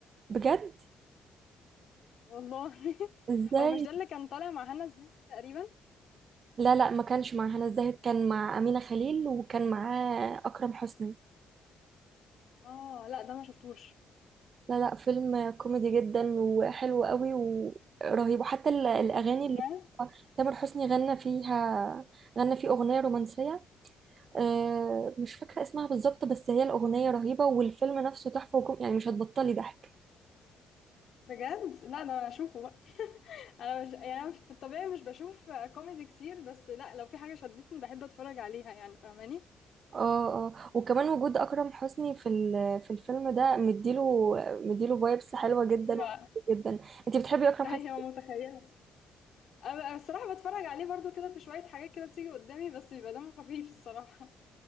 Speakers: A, on the right (about 50°); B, on the left (about 60°).
A: بجد
B: والله <laughs>
A: ازاي
B: هو مش ده اللي كان طالع مع هنا الزاهد تقريبا
A: لا لا ما كانش مع هنا الزاهد كان مع امينه خليل وكان معاه اكرم حسني
B: اه لا ده ما شفتوش
A: لا لا فيلم كوميدي جدا وحلو قوي ورهيب وحتى ال- الاغاني اللي
B: بجد
A: فيه تامر حسني غنى فيها غنى فيه اغنيه رومانسيه آه، مش فاكرة اسمها بالظبط بس هي الأغنية رهيبة والفيلم نفسه تحفة وكم يعني مش هتبطلي ضحك
B: بجد لا ده انا اشوفه بقى. انا مش يعني أنا في الطبيعي مش بشوف كوميدي كتير بس لا لو في حاجه شدتني بحب اتفرج عليها يعني فاهماني
A: اه اه وكمان وجود أكرم حسني في ال- في الفيلم ده مديله مديله فايبس حلوة جدا
B: ايوه
A: جدا انتي بتحبي أكرم
B: ايوه
A: حسني
B: متخيله أنا الصراحه بتفرج عليه برضو كده في شويه حاجات كده بتيجي قدامي بس بيبقى دمه خفيف الصراحه